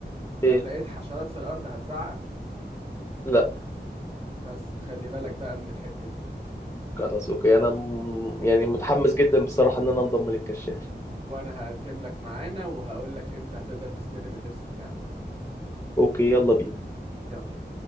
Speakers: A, on the right; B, on the left.
A: لو
B: ايه
A: لقيت حشرات في الارض هتزعق
B: لا
A: بس خلي بالك بقى من الحتة دي
B: خلاص اوكي انا م- يعني متحمس جدا بصراحه ان انا انضم للكشافه
A: وانا هقدم لك معانا وهقول لك امتى هتقدر تستلم اللبس بتاعك
B: اوكي يلا بينا
A: يلا